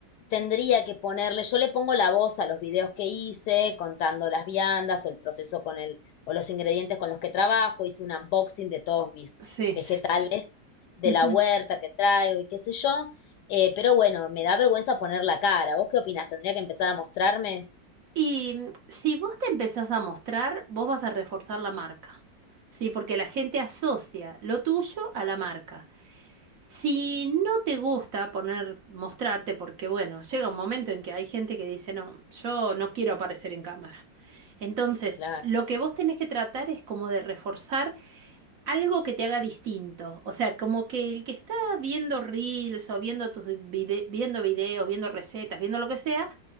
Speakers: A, on the left; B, on the right.
A: tendría que ponerle, yo le pongo la voz a los videos que hice, contando las viandas o el proceso con el, o los ingredientes con los que trabajo, hice un unboxing de todos mis
B: Sí.
A: vegetales de
B: Ujú.
A: la huerta que traigo y qué sé yo, eh, pero bueno, me da vergüenza poner la cara. ¿Vos qué opinás? ¿Tendría que empezar a mostrarme?
B: Y mm, si vos te empezás a mostrar, vos vas a reforzar la marca, ¿sí? Porque la gente asocia lo tuyo a la marca. Si no te gusta poner, mostrarte, porque bueno, llega un momento en que hay gente que dice, no, yo no quiero aparecer en cámara. Entonces,
A: Claro.
B: lo que vos tenés que tratar es como de reforzar algo que te haga distinto. O sea, como que el que está viendo reels o viendo tus vide- viendo videos, viendo recetas, viendo lo que sea,